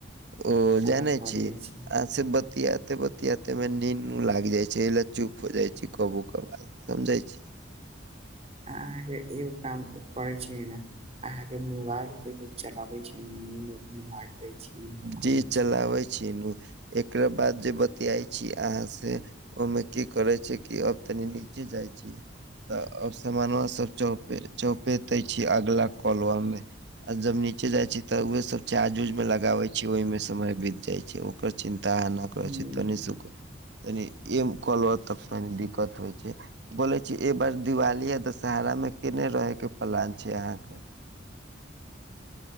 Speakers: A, on the right; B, on the right.
A: ओ
B: कहाँ
A: जानै
B: करिये
A: छी।
B: छै
A: से बतियाते-बतियाते में नीन्नो लाग जाय छै, ओहि लेल चुप हो जाय छी कबू कबाल। समझै छी।
B: अ आहाॅं के एगो काम करे छिये ने अहाँके मोबइल खूब चलाबै छिये ने जाय छै ई हम कहै
A: जी चलाबै
B: छी
A: छीनु, एकरा बाद जें बतियाई छी अहाँ सेँ ओहिमे की करे छै कि, अब तनी नीचे जाइ छी। तऽ अब सामनवां सब चौपे-चौपेते छी अगला कलवा मेँ आ जब नीचे जाय छि तऽ ओहे सब चार्ज उर्ज में गाबै छी ओहिमे समय बीत जाइ छै ओकर चिन्ता अहाँ न
B: हुं
A: करै छै तनि कनि एम करब त तनी दिक्कत होइ छै। बोले छी ए बार दिवाली आ दशहरा मेँ केनेय रहे के प्लान छै अहाँके।